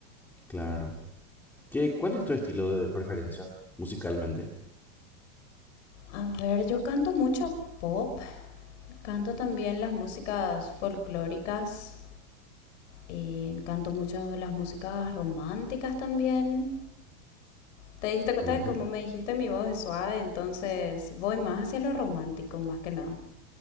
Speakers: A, in the centre; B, on the left (about 60°).
A: claro. ¿Qué, cuál es tu estilo de preferencia musicalmente?
B: A ver, yo canto mucho pop, canto también las músicas folclóricas, y canto mucho las músicas románticas también. Te diste cuenta
A: Ujú.
B: de cómo me dijiste, mi voz es suave, entonces voy más hacia lo romántico, más que nada.